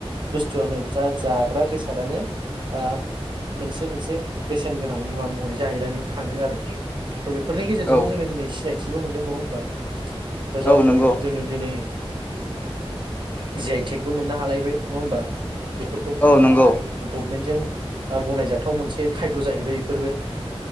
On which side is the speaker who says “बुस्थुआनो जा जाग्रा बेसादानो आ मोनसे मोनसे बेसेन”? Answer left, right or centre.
Right